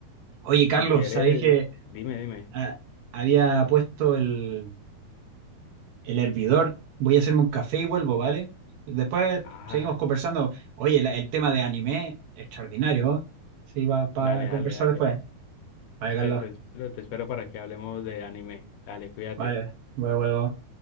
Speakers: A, on the right; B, on the left.
A: Oye, Carlos,
B: si quieres,
A: sabéis que
B: dime, dime.
A: ah, había puesto el, el hervidor. Voy a hacerme un café y vuelvo, ¿vale? Después
B: Ah,
A: seguimos conversando. Oye, la- el tema de anime, extraordinario. ¿eh? Sí, va para
B: dale, dale,
A: conversar
B: dale.
A: después. Vale, Carlos.
B: Te, te espero, te espero para que hablemos de anime. Dale, cuídate.
A: Vale, vuelvo.